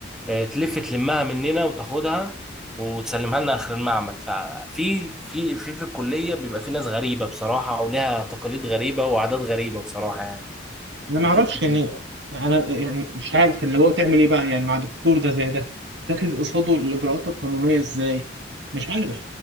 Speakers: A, in the centre; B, on the right.
A: آه، تلف تلمها مننا وتاخدها وتسلمها لنا اخر المعمل ففي في في في الكليه بيبقى في ناس غريبه بصراحه ولها تقاليد غريبه وعادات غريبه بصراحه يعني
B: أنا ما
A: هتشوف
B: أعرفش
A: كتير
B: يعني أنا يعني مش عارف اللي هو تعمل إيه بقى يعني مع دكتور ده زي ده تاخد قصاده الإجراءات القانونية إزاي مش عارف